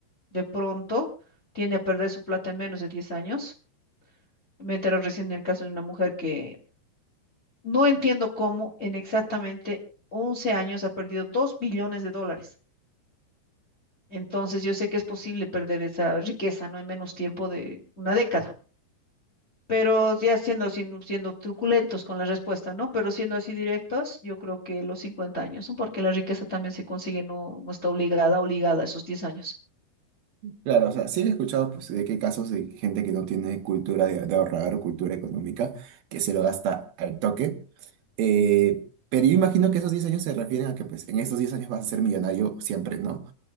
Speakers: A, on the left (about 25°); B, on the right (about 70°).
A: de pronto tiende a perder su plata en menos de 10 años. Me enteré recién del caso de una mujer que no entiendo cómo en exactamente 11 años ha perdido 2 billones de dólares. Entonces, yo sé que es posible perder esa riqueza, ¿no? En menos tiempo de una década. pero ya siendo, siendo, siendo truculentos con la respuesta, ¿no? Pero siendo así directos, yo creo que los 50 años, ¿no? porque la riqueza también se consigue, no, no está obligada, obligada a esos diez años.
B: Claro, o sea, sí he escuchado pues, de qué casos de gente que no tiene cultura de, de ahorrar o cultura económica, que se lo gasta al toque. Eh, pero yo imagino que esos 10 años se refieren a que pues en esos 10 años vas a ser millonario siempre, ¿no?